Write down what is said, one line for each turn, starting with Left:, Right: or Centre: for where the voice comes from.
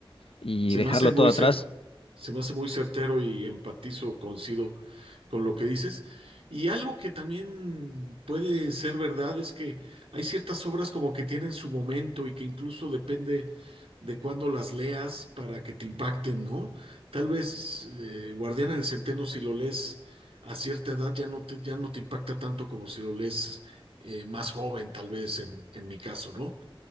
Left: y
Right: Se
Left: dejarlo
Right: me hace muy
Left: todo atrás.
Right: cer- se me hace muy certero y empatizo, coincido con lo que dices. Y algo que también puede ser verdad es que hay ciertas obras como que tienen su momento y que incluso depende de cuándo las leas para que te impacten, ¿no? Tal vez eh, Guardián en el Centeno, si lo lees a cierta edad, ya no te, ya no te impacta tanto como si lo lees eh, más joven, tal vez en, en mi caso, ¿no?